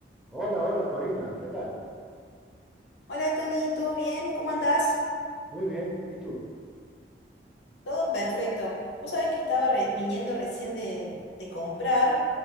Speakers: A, in the centre; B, on the left (about 75°).
A: Hola, hola Corina, ¿qué tal?
B: Hola Tony, ¿todo bien? ¿Cómo andás?
A: Muy bien, ¿y tú?
B: Todo perfecto. Vos sabés que estaba re- viniendo recién de, de comprar